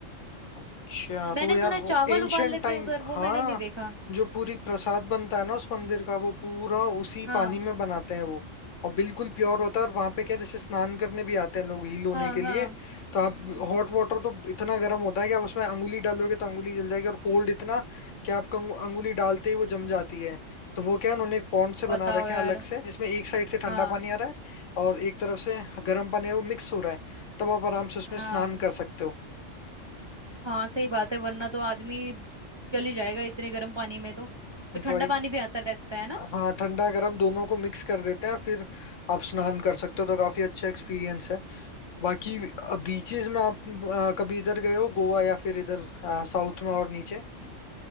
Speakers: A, on the left (about 70°); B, on the right (about 30°).
A: अच्छा
B: मैंने
A: तो यार
B: सुना
A: वो
B: है चावल
A: एंशंट
B: उबाल लेते
A: टाइम
B: हैं उधर
A: हाँ
B: वो मैंने नहीं देखा
A: जो पूरी प्रसाद बनता है ना उस मंदिर का वो पूरा उसी
B: हाँ
A: पानी में बनाते हैं वो और बिल्कुल प्योर होता है और वहां पे क्या जैसे स्नान करने भी आते हैं लोग हील होने
B: हाँ
A: के
B: हाँ
A: लिए तो
B: हम्म
A: आप
B: हम्म
A: हॉट वाटर तो इतना गर्म होता है कि आप उसमें अंगुली डालोगे तो अंगुली जल जाएगी और कोल्ड इतना कि आप कंगु- अंगुली डालते ही वो जम जाती है तो वो क्या है, उन्होंने एक पॉन्ड से बना
B: बताओ
A: रखे
B: यार
A: हैं अलग से जिसमें एक साइड से ठंडा
B: हाँ
A: पानी आ रहा है और एक तरफ से गर्म पानी है वो मिक्स हो रहा है तब आप आराम से उसमें
B: हाँ
A: स्नान कर सकते हो
B: हाँ सही बात है वरना तो आदमी गल ही जाएगा इतने गर्म पानी में तो तो ठंडा
A: भाई
B: पानी भी आता रहता है ना
A: हाँ ठंडा गर्म दोनों को मिक्स कर देते हैं और फिर आप स्नान कर सकते हो तो काफी अच्छा एक्सपीरियंस है बाकी बीचेस में आप अ, कभी इधर गए हो गोवा या फिर इधर साउथ में और नीचे